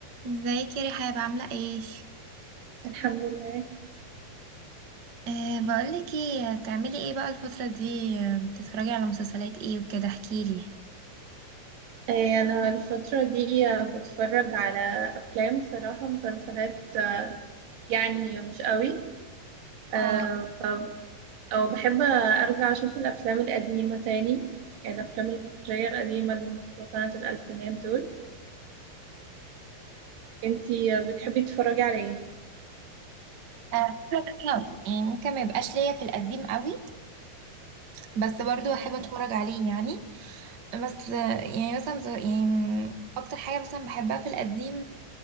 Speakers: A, on the right; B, on the right.
A: ازيك يا رحاب عاملة ايه؟
B: الحمد لله
A: أه بقولك ايه تعملي ايه بقى الفترة دي آه، بتتفرجي على مسلسلات ايه وكده احكيلي
B: آه، أنا الفترة دي آه، بتفرج على أفلام صراحة مسلسلات آه، يعني مش قوي آه،
A: اه
B: ف أو بحب أرجع أشوف الأفلام القديمة تاني يعني الأفلام المصرية القديمة اللي هم بتوع سنة الألفينات دول أنتي آه، بتحبي تتفرجي على إيه؟
A: آه، يعني ممكن ما يبقاش ليا في القديم قوي بس برضو
B: مم.
A: احب اتفرج عليه يعني بس يعني مثلا يعني اكتر حاجه مثلا بحبها في القديم